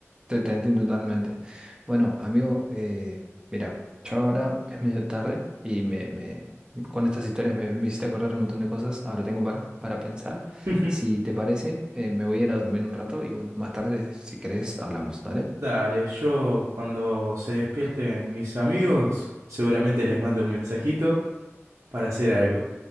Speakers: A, on the right (about 15°); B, on the right (about 85°).
A: Te, te entiendo totalmente. Bueno, amigo, eh, mira, yo ahora es medio tarde y me, me- con estas historias me, me hiciste acordar un montón de cosas. Ahora tengo para, para pensar.
B: <laughs>
A: Si te parece, eh, me voy a ir a dormir un rato y bueno, más tarde, si querés, hablamos. Dale.
B: dale, yo cuando se despierten mis amigos, seguramente les mando un mensajito para hacer algo.